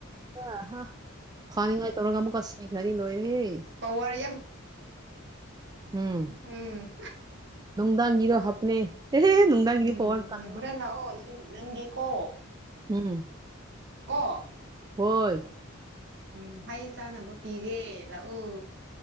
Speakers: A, on the right; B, on the right.
A: ꯑ ꯍ ꯐꯅꯤꯉꯥꯢ ꯇꯧꯔ ꯑꯃꯨꯛꯀ ꯁꯤꯈ꯭ꯔꯗꯤ ꯂꯣꯏꯔꯦꯍꯦ
B: ꯄꯋꯥꯔ
A: ꯎꯝ
B: ꯍꯝ
A: ꯅꯨꯡꯗꯥꯡꯒꯤꯗꯣ ꯍꯥꯞꯄꯅꯦ ꯅꯨꯡꯗꯥꯡꯒꯤꯗꯣ
B: ꯎꯝ
A: ꯄꯋꯥꯔ ꯀꯥꯟ
B: ꯍꯣꯔꯦꯟ ꯂꯥꯛꯑꯣ ꯅꯪ ꯅꯪꯒꯤ ꯀꯣ
A: ꯎꯝ
B: ꯀꯣ
A: ꯍꯣꯏ
B: ꯎꯝ ꯍꯩ ꯆꯥꯅꯕ ꯄꯤꯒꯦ ꯂꯥꯛꯑꯣ